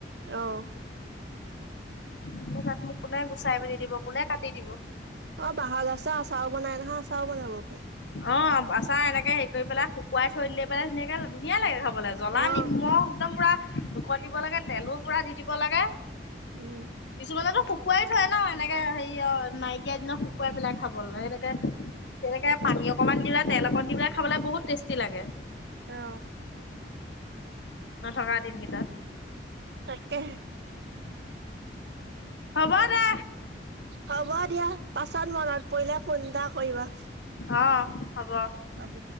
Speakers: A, on the right (about 65°); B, on the left (about 75°).
A: অহ'।
B: নহ'লে তাত মোক কোনে গুচাই মেলি দিব কোনে কাটি দিব?
A: অহ', বাহ গাজে আচাৰ বনাই নহয় আচাৰও বনাব পাৰি।
B: অহ' আচাৰ এনেকে হেৰি পেলাই শুকুৱাই থৈ দিলে, পেলাই ধুনীয়াকে ধুনীয়া লাগে। জ্বলা
A: অ
B: নিমখ একদম পুৰা জোকত দিব লাগে। তেলো পুৰা দি দিব লাগে।
A: উম
B: তোমালো শুকুৱাই থয় ন। এনেকে হেৰি অহ, নাইকিয়া দিনৰ শুকুৱাই পেলাই খাব লে এনেকে। তেনেকে পানী অকণমান দিলে পেলাই তেল অকণ দিলে পেলাই খাবলৈ বহুত টেষ্টি লাগে।
A: অহ'।
B: নথকা দিনকেইটাত।
A: তাকে‌হে।
B: হ'ব, দে।
A: হ'ব দিয়া। পাছত মনত পৰিলে ফোন এটা কৰিবা।
B: অহ' হ'ব।
A: হ'ব।